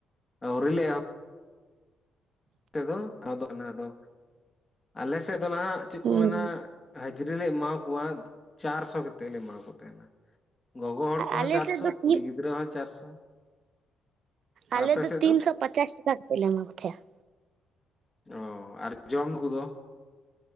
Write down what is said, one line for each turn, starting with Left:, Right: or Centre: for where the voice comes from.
Left: ᱟᱹᱣᱨᱤ ᱞᱮ ᱮᱦᱚᱯ ᱛᱮᱫᱚ ᱟᱫᱚ ᱟᱫᱚ ᱟᱞᱮ ᱥᱮᱫ ᱫᱚ ᱱᱟᱦᱟᱜ ᱪᱮᱫ
Right: ᱦᱩᱸ
Left: ᱠᱚ ᱢᱮᱱᱟ ᱦᱟᱹᱡᱨᱤ ᱞᱮ ᱮᱢᱟ ᱠᱚᱣᱟ ᱪᱟᱨᱥᱚ ᱠᱟᱛᱮᱫ ᱞᱮ ᱮᱢᱟᱠᱚ ᱛᱟᱦᱮᱱᱟ᱾ ᱜᱚᱜᱚ ᱦᱚᱲ ᱠᱚᱦᱚᱸ
Right: ᱟᱞᱮ
Left: ᱪᱟᱨᱥᱚ
Right: ᱥᱮᱫ ᱫᱚ
Left: ᱠᱩᱲᱤ
Right: ᱛᱤᱱ
Left: ᱜᱤᱫᱽᱨᱟᱹ ᱦᱚᱸ ᱪᱟᱨᱥᱚ᱾ ᱟᱨ
Right: ᱟᱞᱮ
Left: ᱟᱯᱮ
Right: ᱫᱚ
Left: ᱥᱮᱫ
Right: ᱛᱤᱱᱥᱚ ᱯᱟᱪᱟᱥ ᱴᱟᱠᱟ ᱠᱟᱛᱮ ᱞᱮ ᱮᱢᱟ ᱠᱚ ᱛᱟᱦᱮᱸᱱᱟ᱾
Left: ᱚ ᱟᱨ ᱡᱚᱢ ᱠᱚᱫᱚ?